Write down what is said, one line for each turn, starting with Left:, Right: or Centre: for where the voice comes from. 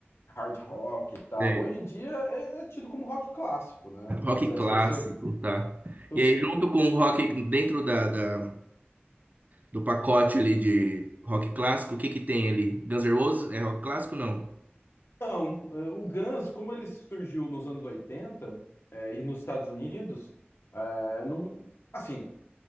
Left: hard rock e tal.
Right: Sei.
Left: Hoje em dia é é tido como rock clássico, né? Mas
Right: Rock
Left: é,
Right: clássico,
Left: se você... se
Right: tá.
Left: você-
Right: E aí, junto com o rock, dentro da, da- do pacote ali de rock clássico, o que que tem ali? Guns N' Roses é rock clássico, não?
Left: Não, é, o Guns, como ele surgiu nos anos 80, é, e nos Estados Unidos, é, não... Assim,